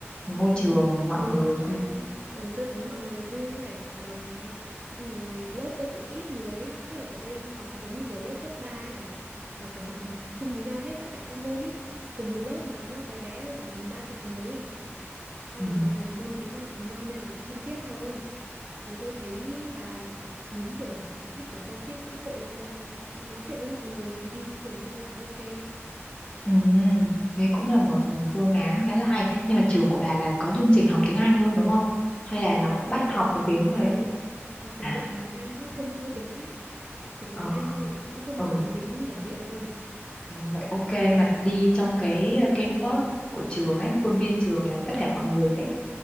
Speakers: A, on the left; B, on the right.
A: môi trường
B: Nhìn,
A: mọi
B: ừ,
A: người
B: mọi ừ, tôi thấy mọi người vui vẻ hòa đồng này xong rồi lớp tôi cũng ít người ấy. Tức là ở đây học giống như kiểu lớp cấp 3 ấy bà là kiểu mọi người học chung với nhau hết tất cả các môn ý cùng một lớp mà nó bé bé thôi, khoảng tầm ba chục người ý. xong
A: Ừ.
B: rồi mọi người môn gì cũng học cùng nhau nên là thân thiết hơn thì tôi thấy bà muốn kiểu bà thích kiểu giao tiếp xã hội còn nói chuyện với mọi người thì đi trường tôi khá ok
A: Ừ, thế cũng là một phương án khá là hay. Nhưng mà trường của bà là có chương trình học tiếng Anh luôn đúng không? Hay là nó
B: Ừ,
A: bắt học
B: toàn học
A: vào tiếng đấy?
B: toàn bộ học
A: À,
B: toàn bộ bằng tiếng Anh hết không không có tiếng khác chỉ có
A: ờ,
B: tiếng Anh thôi cũng không
A: ừ,
B: học bằng tiếng bản địa luôn
A: ừ, vậy ok. Mà đi trong cái ờ, campus của trường ấy, khuôn viên trường là tất cả
B: ừ.
A: mọi người sẽ